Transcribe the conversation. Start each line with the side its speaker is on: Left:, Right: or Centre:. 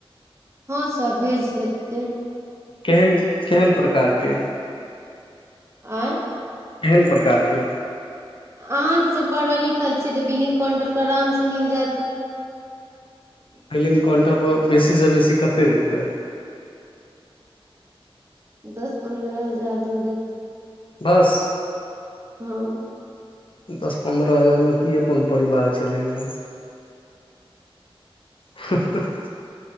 Right: हँ सर भेट जेतै
Left: केहन केहन प्रकार के
Right: आय
Left: केहन प्रकार के
Right: अहाँसब पढ़ल लिखल छियै तऽ बिलिंग काउंटर पर आराम से मिल जायत
Left: बिलिंग काउंटर पर बेसी से बेसी कते देतै
Right: दस पन्द्रह हजार दऽ देत
Left: बस
Right: हँ
Left: दस पन्द्रह हजार में की अपन परिवार चलेबे हं हं